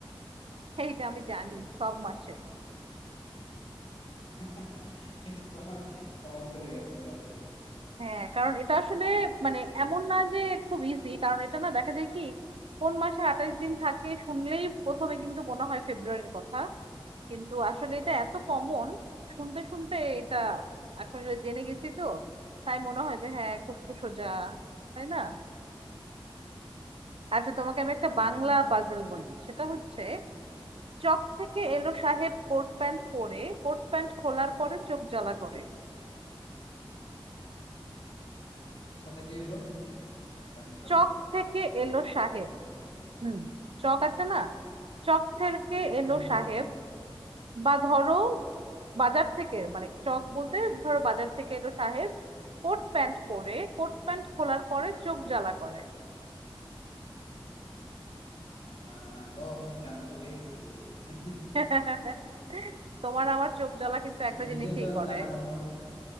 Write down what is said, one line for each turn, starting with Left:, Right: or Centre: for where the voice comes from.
Right: এইটা আমি জানি সব মাসে
Left: <laughs> এটা তো আমার কমন পড়ে গেছে তাহলে
Right: হ্যাঁ কারণ এটা আসলে মানে এমন না যে খুব ইজি কারণ এটা না দেখা যায় কি কোন মাসে আঠাশ দিন থাকে শুনলেই প্রথমে কিন্তু মনে হয় ফেব্রুয়ারির কথা কিন্তু আসলে এটা এত কমন শুনতে শুনতে এটা এখন এটা জেনে গেছি তো তাই মনে হয় যে হ্যাঁ খুব তো সোজা তাই না আচ্ছা তোমাকে আমি একটা
Left: হুম
Right: বাংলা পাজল বলি সেটা হচ্ছে চক থেকে এলো সাহেব কোট প্যান্ট পরে কোট প্যান্ট খোলার পরে চোখ জ্বালা করে
Left: কোথা থেকে এলো প্যান্ট পরে
Right: চক থেকে এলো সাহেব হুম চক আছে না চক থেকে এলো
Left: হুম হুম
Right: সাহেব বা ধরো বাজার থেকে মানে চক বলতে ধরো বাজার থেকে এলো সাহেব কোট প্যান্ট পরে কোট প্যান্ট খোলার পরে চোখ জ্বালা করে
Left: আহ, ও এটা আমি বুঝে গেছি <laughs>
Right: <laughs> তোমার আমার চোখ জ্বালা কিন্তু
Left: সে
Right: একটা জিনিসই
Left: নিজে তো
Right: করে
Left: জামা কাপড়